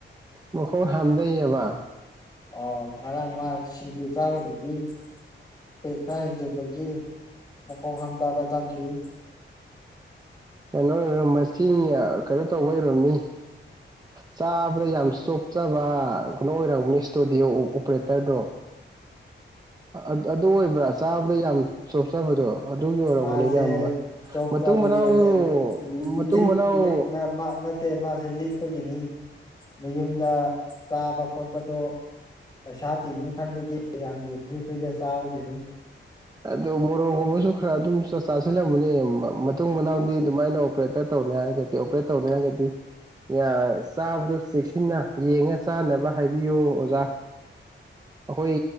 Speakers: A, on the right; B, on the left.
A: ꯃꯈꯣꯡ ꯍꯥꯝꯗꯩꯑꯕ
B: ꯑꯣ ꯉꯔꯥꯡ ꯃꯥ ꯁꯤꯡꯖꯨ ꯆꯥꯔꯨꯕ <unintelligible> ꯄꯦꯛ ꯈꯔ ꯍꯦꯟꯖꯤꯟꯕꯒꯤ ꯃꯈꯣꯡ ꯍꯥꯝꯇꯥꯕ ꯆꯪꯈꯤ
A: ꯀꯩꯅꯣ ꯑꯣꯏ ꯃꯁꯤ ꯀꯩꯅꯣ ꯇꯧꯕ ꯑꯣꯏꯔꯝꯅꯤ ꯆꯥꯕꯗ ꯌꯥꯝ ꯆꯣꯞꯆꯕ ꯀꯩꯅꯣ ꯑꯣꯏꯔꯝꯒꯅꯤ ꯏꯁꯇꯨꯗꯤꯑꯣ ꯑꯣꯄꯔꯦꯇꯔꯗꯣ ꯑ ꯑꯗꯨ ꯑꯣꯏꯕ꯭ꯔꯥ ꯆꯥꯕꯗ ꯌꯥꯝ ꯆꯣꯞꯆꯥꯕꯗꯣ ꯑꯗꯨꯒꯤ ꯑꯣꯏꯔꯝꯒꯅꯤꯗ
B: ꯃꯥꯁꯦ ꯖꯣꯕ
A: ꯃꯇꯨꯡ
B: ꯆꯥꯕꯒꯤ
A: ꯃꯅꯥꯎ
B: ꯅꯠꯇꯦ
A: ꯃꯇꯨꯡ
B: ꯂꯤꯛ
A: ꯃꯅꯥꯎ
B: ꯂꯤꯛꯅ ꯃꯥ ꯅꯠꯇꯦ ꯃꯥꯖꯦ ꯂꯤꯛꯄꯒꯤꯅꯤ ꯃꯌꯨꯝꯗ ꯆꯥꯕ ꯈꯣꯠꯄꯗꯣ ꯄꯩꯁꯥ ꯇꯤꯡꯅꯤ ꯈꯟꯕꯒꯤ ꯃꯌꯥꯝꯒꯤ ꯐꯔꯤ ꯐꯔꯤꯗ ꯆꯥꯕꯒꯤꯅꯤ
A: ꯑꯗꯣ ꯃꯣꯔꯣꯛꯒꯨꯝꯕꯁꯨ ꯈꯔ ꯑꯗꯨꯝ ꯆꯠ ꯆꯥꯁꯤꯜꯂꯝꯒꯅꯦ ꯃ ꯃ ꯃꯇꯨꯡ ꯃꯅꯥꯎꯗꯤ ꯑꯗꯨꯃꯥꯏꯅ ꯑꯣꯄꯔꯦꯠꯇꯔ ꯇꯧꯅꯤ ꯍꯥꯏꯔꯒꯗꯤ ꯑꯣꯄꯔꯦꯠ ꯇꯧꯅꯤ ꯍꯥꯏꯔꯒꯗꯤ ꯌꯥ ꯆꯥꯕꯗꯣ ꯆꯦꯛꯁꯤꯟꯅ ꯌꯦꯡꯉ ꯆꯥꯅꯕ ꯍꯥꯏꯕꯤꯌꯨ ꯑꯣꯖꯥ ꯑꯩꯈꯣꯏ